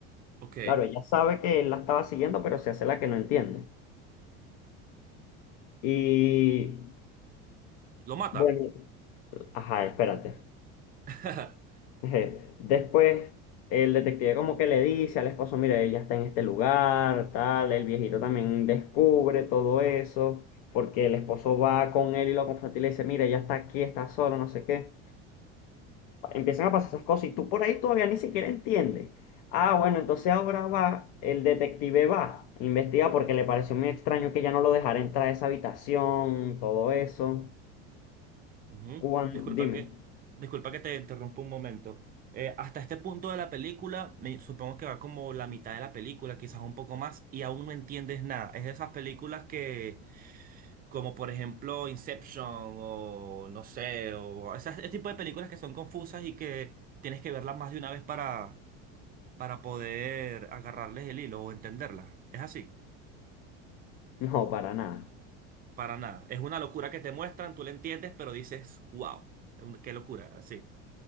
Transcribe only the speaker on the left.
Claro, ella sabe que él la estaba siguiendo, pero se hace la que no entiende. Y
bueno, ajá, espérate.
<laughs> Eje, Después el detective como que le dice al esposo, mire, ella está en este lugar, tal, el viejito también descubre todo eso, porque el esposo va con él y lo confronta y le dice, mire, ella está aquí, está solo no sé qué. Empiezan a pasar esas cosas y tú por ahí todavía ni siquiera entiendes. Ah, bueno, entonces ahora va, el detective va, investiga porque le pareció muy extraño que ya no lo dejara entrar a esa habitación, todo eso.
Cuan-
Dime,
<laughs> no, para nada.